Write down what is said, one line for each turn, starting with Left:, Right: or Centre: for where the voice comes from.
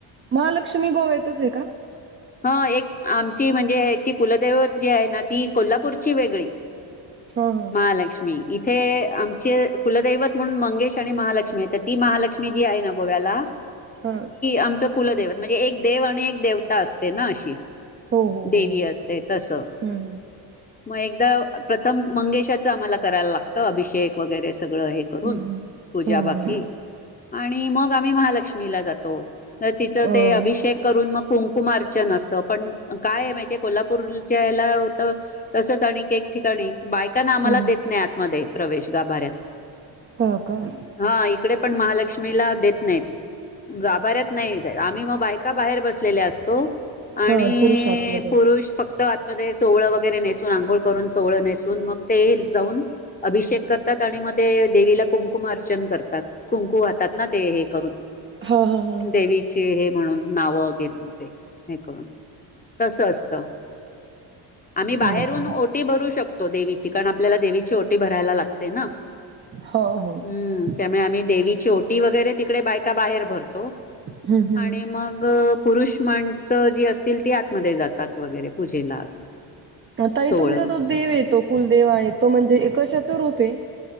Right: महालक्ष्मी गोव्यातच आहे का?
Left: ह एक आमची म्हणजे ह्याची कुलदैवत जी आहे ना ती कोल्हापूरची वेगळी. <inaudible>
Right: हा हा
Left: महालक्ष्मी इथे आमचे कुलदैवत म्हणून मंगेश आणि महालक्ष्मी आहे तर ती महालक्ष्मी जी आहे ना गोव्याला.
Right: हां <inaudible>
Left: आमच कुलदेवत म्हणजे एक देव आणि एक देवता असते ना अशी
Right: हो हो
Left: देवी
Right: हो.
Left: असते तस <inaudible>
Right: हम्म
Left: मग एकदा. प्रथम मंगेशाचं आम्हाला करायला लागतं अभिषेक वगैरे सगळं आहे. करून
Right: हम्म हम्म
Left: <inaudible> पूजा
Right: हम्म
Left: बाकी आणि मग आम्ही महालक्ष्मीला जातो तर तिचं
Right: हम्म
Left: ते अभिषेक
Right: अ
Left: करून मग कुंकुमार्चअसतं पण काय माहितीे कोल्हापूरच्या याला होतं. तसच आणि एक ठिकाणी बायकांना आम्हाला
Right: हम्म.
Left: देत नाही आतमध्ये प्रवेश गाभाऱ्यात <inaudible>
Right: हो का <inaudible>
Left: हा इकडे पण महालक्ष्मीला देत नाहीत. <inaudible> गाभाऱ्यात नाही आम्ही मग बायका बाहेर बसलेल्या असतो. आणि...
Right: हा पुरुष आतमध्ये.
Left: पुरुष फक्त आता म सोहळं वगैरे नेसून आंघोळ करून सोहळं नेसून मग ते जाऊन अभिषेक करतात आणि मग ते देवीला कुंकुमार्चन करतात कुंकु वाहतात. तात ना ते हे करून,
Right: हा हा हा हा.
Left: देवीचे हे म्हणून नावं घे ते हे करून तसं असत आम्ही
Right: हा
Left: बाहेरून
Right: का,
Left: ओटी भरू शकतो देवीची, कारण आपल्याला देवीची ओटी भरायला लागते ना.
Right: हो हो
Left: हम्म
Right: <inaudible>
Left: त्यामुळे आम्ही देवीची ओटी वगैरे तिकडे बायका बाहेर भरतो
Right: हम्म हम्म.
Left: आणि मग पुरुष माणसं जी असतील ती आतमध्ये जातात वगैरे पूजेला असं
Right: आ ताई
Left: सोहळ
Right: तो तुमचा तो देव येतो कुलदेव आहे तो म्हणजे कशाच रूप आहे.